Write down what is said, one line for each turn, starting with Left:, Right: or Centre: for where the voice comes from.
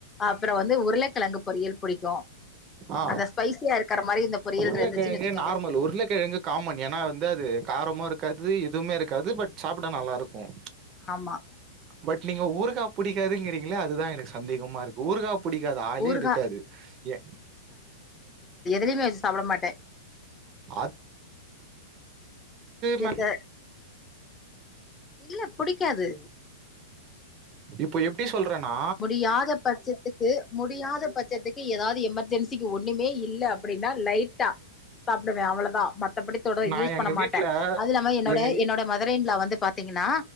Left: அப்புற வந்து உருளக்கெழங்கு பொரியல் புடிக்கு
Right: ஆ
Left: அந்த ஸ்பைசியா இருக் கற மாறி இந்த பொரியல்
Right: உருளைக்கிழங்கு
Left: இருந்துச்சின் வச்சி
Right: நார்மல் உருளைக்கிழங்கு காமன் ஏன்னா வந்து அது காரமோ இருக்காது எதுவுமே இருக்காது பட் சாப்ட நல்லா இருக்கும்
Left: ஆமா
Right: பட் நீங்க ஊறுகா புடிக்காதுங்றீங்களே அதுதா எனக்கு சந்தேகமா இருக்கு ஊறுகா புடிக்காத ஆளே
Left: ஊறுகா
Right: இருக்காது ஏ
Left: <unintelligible> சாப்ட மாட்டே
Right: அத் மே
Left: எந்த இல்ல புடிக்காது
Right: இப்ப எப்டி சொல்றன்னா
Left: முடியாத பட்சத்துக்கு முடியாத பட்சத்துக்கு ஏதாவது எமர்ஜென்சிக்கு ஒண்ணுமே இல்ல அப்டின்னா லைட்டா சாப்புடுவே அவ்ளதா மத்தபடி தொட
Right: நா
Left: யூஸ்
Right: எங்க
Left: பண்ண மாட்டே
Right: வீட்ல
Left: அதுல்லாம என்னோட
Right: எங்க வீ
Left: என்னோட மதர்ன்லா வந்து பாத்தீங்கன்னா